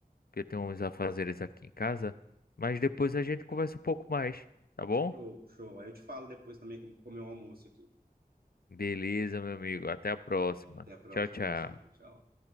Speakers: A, on the left (about 70°); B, on the right (about 70°).
A: porque eu tenho uns afazeres aqui em casa, mas depois a gente conversa um pouco mais, tá bom?
B: Show, show. Aí eu te falo depois também como comer o almoço aqui.
A: Beleza, meu amigo. Até a próxima.
B: Até a próxima.
A: Tchau, tchau.
B: Abração. Tchau.